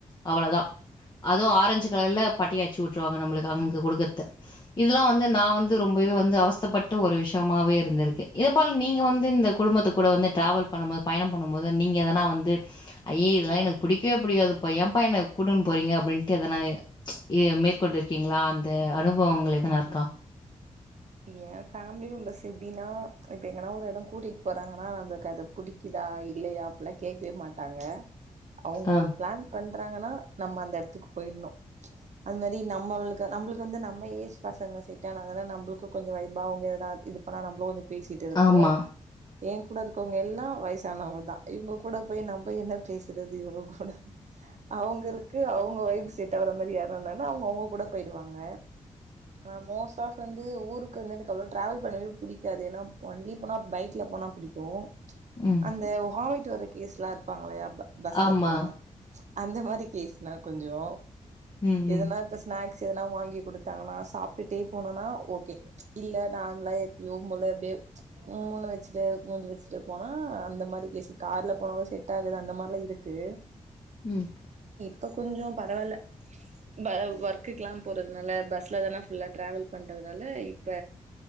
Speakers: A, on the left; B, on the right.
A: அவ்வளதா அதுவு ஆரஞ்சு கலர்ல பட்டியாச்சு வுட்ருவாங்க நம்மளுக்கு அங்க கொடுக்கற்த இதெல்லா வந்து நா வந்து ரொம்பவே வந்து அவஸ்தப்பட்ட ஒரு விஷ்யமாவே இருந்துருக்கு இதுபோல நீங்க வந்து இந்த குடும்பத்துக் கூட வந்து டிராவல் பண்ணும்போ பயணம் பண்ணும்போது நீங்க எதனா வந்து ஐய இதெல்லா எனக்கு புடிக்கவே புடிக்காதுப்பா ஏம்ப்பா என்ன கூட்டுன் போறீங்க அப்டின்ட்டு எதனா எ மேற்கொண்டாருக்கீங்ளா அந்த அனுபவங்கள் எதனா இருக்கா?
B: ஏ ஃபேமிலி மெம்பர்ஸ் எப்டின்னா இப்ப எங்கனா ஒரு எடொ கூட்டிட் போறாங்கனா நம்ளுக்கு அது புடிக்குதா இல்லயா அப்புல்லா கேக்கவே மாட்டாங்க அவுங்க
A: ஆ.
B: ஒரு பிளான் பண் றாங்கனா நம்ம அந்த எடத்துக்கு போயிட்னு அது மாரி நம்ம அவளுக்கு நம்ளுக்கு வந்து நம்ம ஏஜ் பசங்க செட்டான தான நம்பள் க்கு கொஞ்ச இதா அவுங்க எதா இது பண்ணா நம்ளு வந்து பேசிட்டுருப்போ
A: ஆமா.
B: ஏ கூட இருக்கவுங்க எல்லா வயசானவுங்க தா இவுங்க கூட போய் நம்ம என்ன பேசுறது இவுங் கூட அவுங்களுக்கு அவு வுங்க வைபு செட்டாவுற மாரி யாரு இருந்தாங்கனா அவுங்க அவுங்க கூட போயிடுவாங்க ஆ மோஸ்டா கு ஊருக்கு வந்ததுக்கப்புறொ டிராவல் பண்ணவே பிடிக்காது என்னா ஒன்லி போனா பைக்ல போனா புடிக்கு
A: ம்.
B: அந்த ஹாமிட் டு‌ வர கேஸ்லா இருப்பாங்களயா ப பஸ்ல
A: ஆமா.
B: போனா அந்த மாரி கேஸ் நா கொஞ்சொ
A: ம், ம்.
B: எதனா இப்ப ஸ்நாக் ஸ் எதனா வாங்கி குடுத்தாங்கனா சாப்டுட்டே போனொனா ஓகே இல்ல நார்மலா எப்பயு போல அப்டியே உம்முனு வச்சுட்டு மூஞ்சு வச்சுட்டு போனா அந்த மாரி கேஸு கார்ல போனாலு செட் ஆகாது அந்த மார்லா இருக்கு
A: ம்
B: ப கொஞ்சொ பரவால்ல ப ஒர்க்குக்கெல்லா போறதுனால பஸ்ல தான ஃபுல்லா டிராவல் பண் றதுனால இப்ப